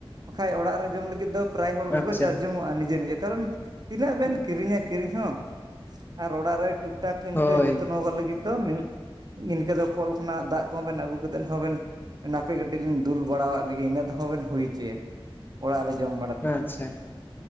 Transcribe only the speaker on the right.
ᱵᱟᱠᱷᱟᱡ ᱚᱲᱟᱜ ᱨᱮ ᱡᱚᱢ ᱞᱟᱹᱜᱤᱫ ᱫᱚ ᱯᱨᱟᱭ ᱦᱚᱲ ᱜᱮᱠᱚ
ᱪᱟᱥ ᱡᱚᱝᱚᱜᱼᱟ, ᱱᱤᱡᱮ ᱱᱤᱡᱮ ᱠᱟᱨᱚᱱ ᱛᱤᱱᱟᱹᱜ ᱵᱮᱱ ᱠᱤᱨᱤᱧᱟ ᱠᱤᱨᱤᱧ ᱦᱚᱸ᱾ ᱟᱨ ᱚᱲᱟᱜ ᱨᱮ ᱴᱩᱠᱴᱟᱠ ᱤᱱᱠᱟᱹ
ᱡᱚᱛᱱᱚᱜ ᱞᱟᱹᱜᱤᱫ ᱫᱚ ᱢᱤᱼᱼ ᱤᱱᱠᱟᱹ ᱫᱚ ᱠᱚᱞ ᱠᱷᱚᱱᱟᱜ ᱫᱟᱜ ᱠᱚᱦᱚᱸ ᱵᱮᱱ ᱟᱹᱜᱩ ᱠᱟᱛᱮᱫ ᱦᱚᱸᱵᱮᱱᱼᱼ ᱱᱟᱹᱯᱮ ᱠᱟᱹᱟᱹᱴᱤᱡ ᱞᱤᱧ ᱫᱩᱞ ᱵᱟᱲᱟᱣᱟᱜ ᱞᱮᱜᱮ ᱤᱱᱟᱹ ᱛᱮᱦᱚᱸᱵᱮᱱ ᱦᱩᱭᱪᱚᱭᱟ᱾ ᱚᱲᱟᱜ ᱨᱮ ᱡᱚᱢ